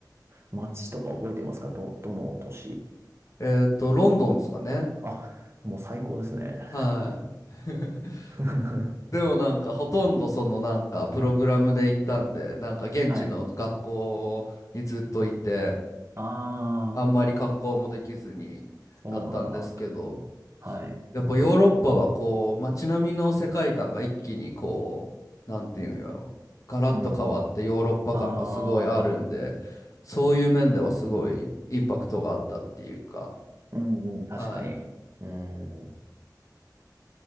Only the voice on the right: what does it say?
街とか覚えてますかど、どの都市
あ、もう最高ですね。
<laughs>
はい。ああ、
そうなんだ。はい。
うんうん。ああ、うんうん、確かに。
うん。